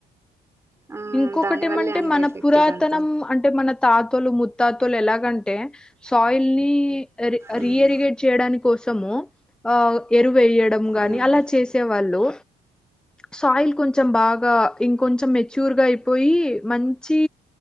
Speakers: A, on the right; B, in the centre.
A: మ్మ్
B: ఇంకొకటి
A: దాని
B: ఏమంటే
A: వల్లే అండి
B: మన
A: ఎఫెక్ట్
B: పురాతనము
A: ఇదంతా
B: అంటే మన తాతలు ముత్తాతలు ఎలాగంటే టే సాయిల్ నీ రీ
A: మ్మ్
B: రియారిగ్రేట్ చేయడాని కోసము ఎరువు వేయడం గానీ
A: మ్మ్
B: అలా చేసే వాళ్ళూ సో అయిల్ కొంచెం బాగా ఇంకా కొంచెం స్యూర్ గా అయిపోయీ మంచీ